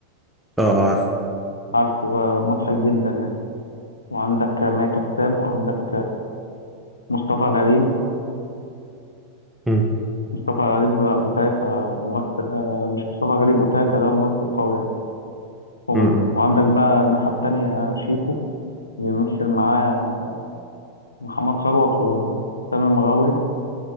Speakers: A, in the centre; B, on the left.
A: اه آه، عارف
B: عارفه آه، مضحك جدا يعني وعندك ماء كساب وعندك مصطفى غريب
A: امم،
B: مصطفى غريب أوتاكا ممثل آه، مش مصطفى غريب أوتاكا ده ممثل قوي يعني كوميدي
A: امم، امم.
B: وعندك بقى الناحية التانية آه، شيكو بيمثل معاه آه، محمد ثروت وسامي المغاوري